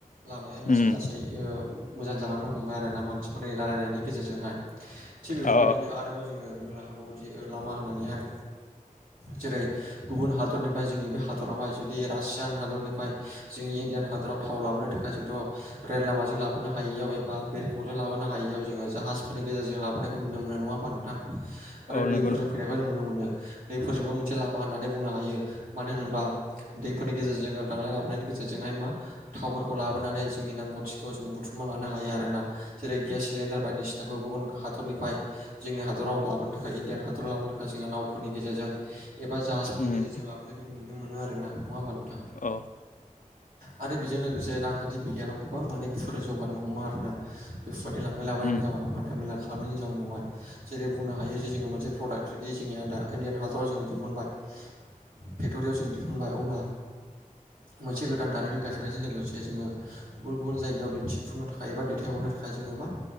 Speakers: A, on the right; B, on the left.
A: लामाया लासै
B: उम
A: लासै ओ मोजां जानानै दं हमबाय आरोना मानसिफोरनि रायलायनायनि गेजेरजोंहाय थिग बेफोरबायदिनो
B: अ
A: आरोबाव जोङो बुंनो हाबावोदि लामा होननानैहाय जेरै गुबुन हादरनिफ्राय जोंनि बे हादरावहाय जुदि रासियान हादरनिफ्राय जोंनि इण्डियान हादराव थाव लाबोनो थाखाय जोंथ' रेल लामाजों लाबोनो हायियाव एबा बा बिरखंजों लाबोनो हायियाव जोङो जाहाजफोरनि गेजेरजों लाबोनायखौ नुनो मोनो नङा होमबा नोंथां आरो
B: औ नंगौ
A: दैफोरजों
B: नंगौ
A: फैनाय बे नुनो मोनो दैफोरजोंबो मोनसे लामा होननानै बुंनो हायो मानो होनोब्ला दैफोरनि गेजेरजों लांलाय लाबोलायनि गेजेरजोंहाय मा थावफोरखौ लाबोनानै जोंनि नांगौथिखौ जों बुथुमना लानो हायो आरोना जेरै गेस सिलिडार बायदिसिना खौ गुबुन हादरनिफ्राय जोंनि हादराव लाबोनो थाखाय इण्डियान हादराव लाबोनो थाखाय जोङो नावफोरनि गेजेरजों एबा जाहाजफोरनि
B: उम
A: गेजेरजों लाबोनायखौ नुनो मोनो आरोना नङा होमबा नोंथां
B: औ
A: आरो बेजों लोगोसे रांखान्थि बिगियानाव गोबां माने बेफोरो जौगानो हमो आरोना बेफोरबायदि लांलाय लाबोलायनि
B: उम
A: जाउनाव हान्था मेला खालामनायनि जाउनावहाय जेरै बुंनो हायो जे जोङो मोनसे प्रडाक्ट जुदि जोंनि आ दा इण्डियान हादराव जों दिहुनबाय फेक्ट'रियाव जोङो दिहुनबाय अब्ला मोनसे गोदान दारिमिन गायसननायजों लोगोसे जोङो गुबुन गुबुन जायगायाव दिन्थिफुंनो एबा दैथायहरनो थाखाय जोङो मा